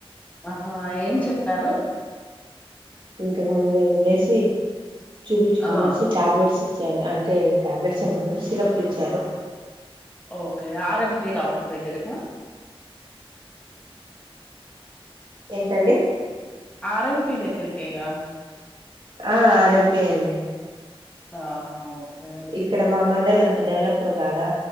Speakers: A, on the left; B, on the right.
A: ఆహా ఏం చెప్పారు
B: ఇంతకు ముందు వెళ్లేసి చూపించుకునేసి
A: ఆ
B: టాబ్లెట్స్ ఇచ్చారు అన్ అంటే టాబ్లెట్స్ సిరప్లు ఇచ్చారు
A: ఓకే ఆర్ఎంపి డాక్టర్ దగ్గరకా
B: ఏంటండి
A: ఆర్ఎంపి దగ్గరకేగా
B: ఆ అర్ ఎం పి ఎ అండి
A: ఆ ఓకే
B: ఇక్కడ మమలి అంత డెవలప్ ఇప్పుడు కాదా